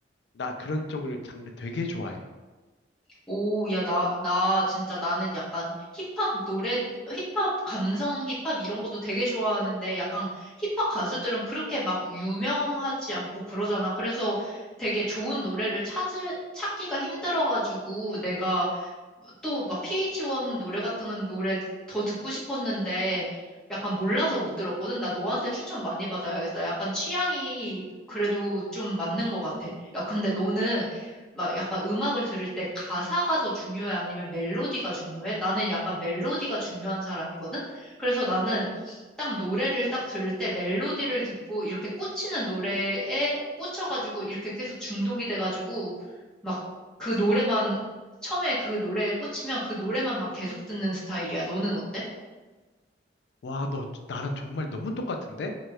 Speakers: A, on the left; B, in the centre.
A: 나 그런 쪽을 장르 되게 좋아해.
B: 오, 야, 나, 나 진짜 나는 약간 힙합 노래, 힙합 감성 힙합 이런 것도 되게 좋아하는데 약간 힙합 가수들은 그렇게 막 유명하지 않고 그러잖아. 그래서 되게 좋은 노래를 찾을, 찾기가 힘들어가지고 내가 또 막 PH1 노래 같은 건 노래 더 듣고 싶었는데 약간 몰라서 못 들었거든. 나 너한테 추천 많이 받아야겠다. 약간 취향이 그래도 좀 맞는 것 같아. 야, 근데 너는 막 약간 음악을 들을 때 가사가 더 중요해? 아니면 멜로디가 중요해? 나는 약간 멜로디가 중요한 사람이거든? 그래서 나는 딱 노래를 딱 들을 때 멜로디를 듣고 이렇게 꽂히는 노래에 꽂혀가지고 이렇게 계속 중독이 돼가지고 막 그 노래만 처음에 그 노래에 꽂히면 그 노래만 막 계속 듣는 스타일이야. 너는 어때?
A: 와, 너 나랑 정말 너무 똑같은데?